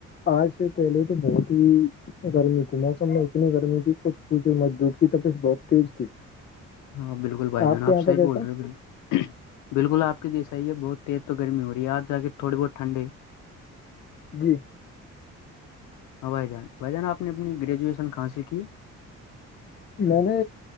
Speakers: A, on the left; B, on the left.
A: آج سے پہلے تو بہت ہی گرمی تھی موسم میں اتنی گرمی تھی کچھ پوچھے مزدور کی تبیت بہت تیز تھی
B: ہاں بالکلھائی
A: آپ
B: جان
A: کے
B: آ
A: یہاں
B: صح
A: پہ کیسا
B: بول رہے ہو بکل بالکل آپ کے جیسا ہی ہے بہت تیز تو گرمی ہو رہی ہے آج جا کے تھوڑی بہت ٹھنڈے ہے
A: جی
B: ہاں بھائی جان بائی جان آپ نے اپنی گریجویشن کہاں سے کی
A: میں نے